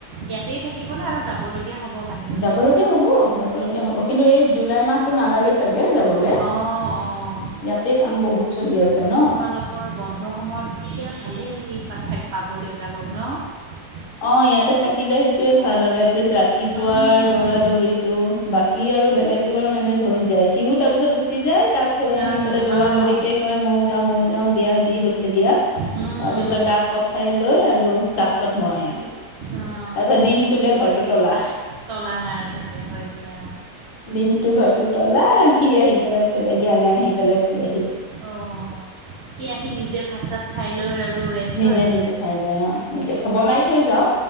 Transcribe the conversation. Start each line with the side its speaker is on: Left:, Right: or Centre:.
Right: ইয়াতেই থাকিবনে আৰু যাবলগীয়া হ'ব। বাহিৰলে?
Left: যাব লগীয়া হ'ব যাব লগগীয়া হ'ব কিন্তু এই জুলাই মাহতটো নালাগে চাগে। যাবলৈ
Right: অ' অ'
Left: ইয়াতে কাম বহুত চলি আছে
Right: তে
Left: ন
Right: তোমালোকৰ বন্ধ সময়ত ঠিকে ভালে সিঠ পাব দেউতাক সপ্ন <unintelligible>
Left: অ ইয়াতে থাকিলে সেইটোৱে ভাল আৰু এতলিষ্ট ৰাতিপুৱাৰ
Right: উম
Left: দৌৰা দৌৰিতটো বাকী আৰু বেলেগতটো বাৰু মেনেজ থৈ যায় সিও তাৰপিছত গুচি যায় তাত থৈ আহি
Right: অ'
Left: পেলাই দৌৰা
Right: অ'
Left: দৌৰিকে কয় ময়ও যাওঁ ময়ো যাওঁ দিয়া। যি হৈছে দিয়া
Right: উম
Left: তাৰ পিছত তাক পঠাই লৈ আৰু লাষ্টত মই আৰু
Right: উম অ'।
Left: তাৰিছত দিন তুলে ঘৰটো তলা
Right: তলা মাৰা থাকে হয় দিয়া
Left: দিনটো ঘৰ টো তলা আৰু সি আহি পেলাই খোলে জ্ঞানে আহি পেলাই খোলে
Right: অ সি আহি নিজে ভাত তাত খাই লৈ আৰু ৰেষ্ট
Left: নিজে
Right: লয়
Left: নিজে খাই লয় আহ নিজে খাই বনাই থৈ যাওঁ